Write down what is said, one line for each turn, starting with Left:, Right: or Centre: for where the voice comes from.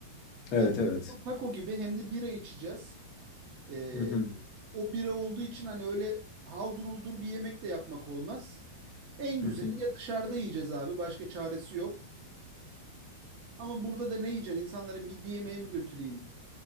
Left: Evet
Right: Yani
Left: evet.
Right: taco gibi hem de bira içeceğiz. Ee,
Left: Hı hı.
Right: o bira olduğu için hani öyle halduruldur bir yemek de yapmak olmaz. En güzeli
Left: Hı hı.
Right: ya dışarıda yiyeceğiz abi. Başka çaresi yok. Ama burada da ne yiyeceksin? İnsanlara midye yemeği mi götüreyim?